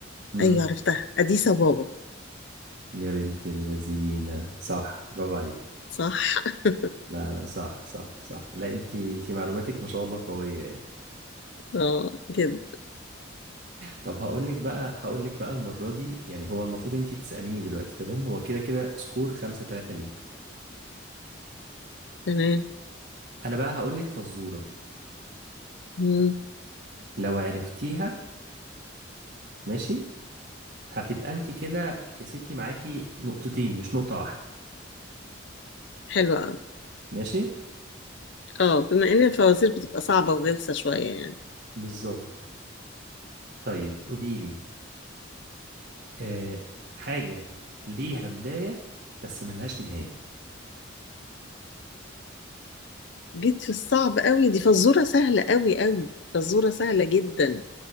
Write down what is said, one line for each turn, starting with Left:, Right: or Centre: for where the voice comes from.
Right: مم.
Left: ايوه عرفتها اديس بابا
Right: يا بنت اللذينة صح برافو عليك
Left: صح <laughs>
Right: لا لا صح صح صح لا انت انت معلوماتك ما شاء الله قوية يعني
Left: اه كده
Right: طب هقول لك بقى هقول لك بقى المرة دي يعني هو المفروض انت تسأليني دلوقتي تمام هو كده كده سكور خمسة تلاتة ليكي
Left: تمام
Right: انا بقى هقول لك فزورة
Left: مم.
Right: لو عرفتيها ماشي هتبقى انت كده يا ستي معاكي نقطتين مش نقطة واحدة
Left: حلوة أوي
Right: ماشي
Left: اه بما ان الفوازير بتبقى صعبة وغلسة شوية يعني
Right: بالظبط طيب قولي لي آه حاجة ليها بداية بس ملهاش نهاية
Left: جيت في الصعب قوي دي فزورة سهلة قوي قوي فزورة سهلة جدا